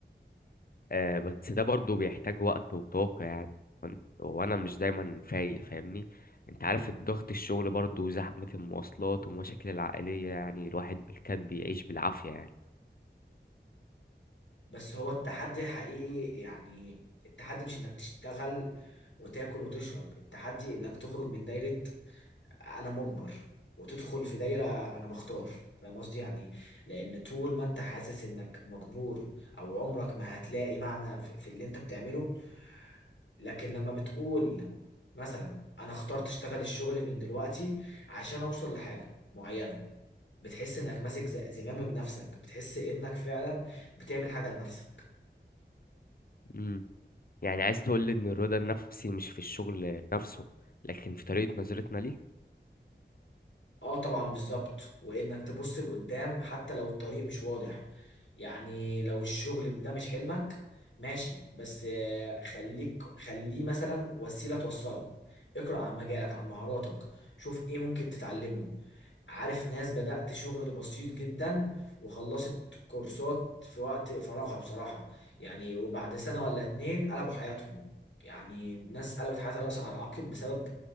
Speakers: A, on the left (about 50°); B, on the left (about 75°).
A: آه بس ده برضو بيحتاج وقت وطاقة يعني وأن- وانا مش دايما فايق فاهمني انت عارف الضغط الشغل برضو زحمة المواصلات ومشاكل العائلية يعني الواحد بالكاد بيعيش بالعافية يعني
B: بس هو التحدي الحقيقي يعني التحدي مش انك تشتغل وتاكل وتشرب التحدي انك تخرج من دايرة انا مجبر وتدخل في دايرة انا بختار فاهم قصدي يعني لان طول ما انت حاسس انك مجبور او عمرك ما هتلاقي معنى في, في اللي انت بتعمله لكن لما بتقول مثلا انا اخترت اشتغل الشغل من دلوقتي عشان اوصل لحاجة معينة بتحس انك ماسك ز- زمام نفسك بتحس انك فعلا بتعمل حاجة لنفسك
A: مم. يعني عايز تقول لي ان الرضا النفسي مش في الشغل نفسه لكن في طريقة نظرتنا ليه
B: اه طبعا بالظبط وانك تبص لقدام حتى لو الطريق مش واضح يعني لو الشغل ده مش حلمك ماشي بس آه، خليك خليه مثلا وسيلة توصلك اقرأ عن مجالك عن مهاراتك شوف ايه ممكن تتعلمه عارف ناس بدأت شغل بسيط جدا وخلصت كورسات في وقت فراغها بصراحة يعني وبعد سنة ولا اتنين قلبوا حياتهم يعني ناس قلبت حياتها رأسا على عقب بسبب